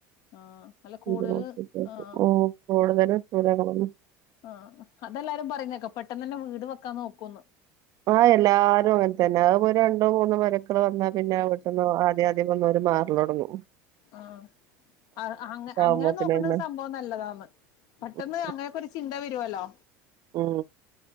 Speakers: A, on the left (about 60°); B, on the right (about 50°).
A: ആഹ് അല്ല
B: <unintelligible>
A: കൂടുതല് ആഹ്
B: ഓഹ് കൂടുതല് <unintelligible>
A: ആഹ് അതെല്ലാരും പറയുന്നേക്കാം പെട്ടെന്ന് തന്നെ വീട് വെക്കാൻ നോക്കൂന്ന്
B: ആഹ് എല്ലാരും അങ്ങനെ തന്നെ അതിപ്പോ രണ്ടോ മൂന്നോ മരുമക്കള് വന്നാ പിന്നെ ആ വിട്ട്ന്ന് ആദ്യം ആദ്യം വന്നൊരു മാർ <unintelligible>
A: ആഹ് അത് അങ്ങ അങ്ങനെ
B: ആവുമ്പോത്തിന്
A: നോക്കുന്ന
B: തന്നെ
A: സംഭവം നല്ലതാണ് പെട്ടെന്ന്
B: ഉം
A: അങ്ങനൊക്കെ ഒരു ചിന്ത വരുവല്ലോ
B: ഉം